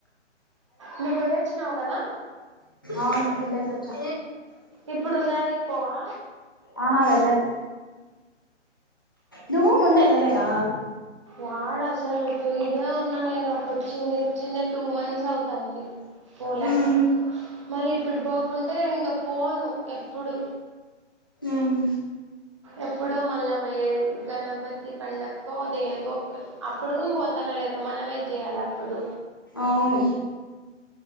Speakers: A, on the right; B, on the left.
A: నువ్వు పోయొచ్చినావు కదా
B: అవును వచ్చా
A: ఇప్పుడు ఉగాదకి పోవా
B: ఆహా వెళ్ళను నువ్వు ముందేళ్లలేదా
A: యాడ అసలు ఇడే ఉన్నా అప్పటి చి చి టూ మంత్స్ అవుతంది పోలే
B: ఉమ్
A: మళ్ళీ ఇప్పుడు పోకుంటే నేను ఇంకా పోను ఎప్పుడు
B: ఉమ్
A: ఎప్పుడో మళ్ళా పోయ్యేది గణపతి పండకో దేని అప్పుడు కూడాని పోతాన లేద మనమే చేయాలి అప్పుడు
B: అవును